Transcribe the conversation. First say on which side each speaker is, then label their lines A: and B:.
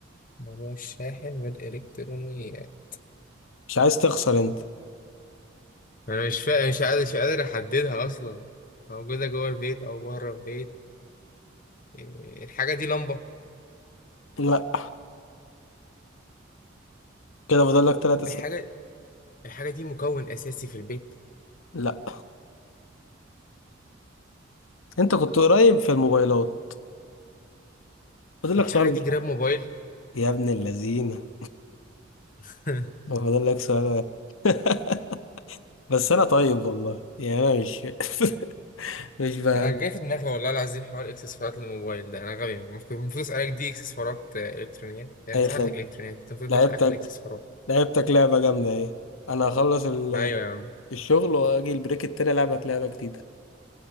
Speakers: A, on the left; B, on the left.
A: موضوع الشاحن والإلكترونيات
B: مش عايز تخسر أنت
A: أنا مش فا... مش قادر مش قادر أحددها أصلا موجودة جوه البيت أو بره البيت إيه، الحاجة دي لمبة
B: لا كده فاضلك تلات أسئلة
A: الحاجة الحاجة دي مكون أساسي في البيت
B: لا أنت كنت قريب في الموبايلات فاضلك
A: الحاجة
B: سؤال واحد
A: دي جراب موبايل
B: يا ابن اللذينة
A: <laughs>
B: <laughs> فاضلك سؤال واحد <laughs> بس انا طيب والله يعني انا مش <laughs> مش فاهم
A: أنا جاي في دماغي والله العظيم حوار إكسسوارات الموبايل ده أنا غبي المفروض المفروض أسألك دي إكسسوارات آه، إلكترونيات يعني
B: اي
A: سألتك
B: خدمه
A: إلكترونيات كنت المفروض
B: لعبتك
A: بسألك على الإكسسوارات
B: لعبتك لعبه جامده ايه انا هخلص ال-
A: أيوة يا عم
B: الشغل واجي البريك التاني العبك لعبه جديده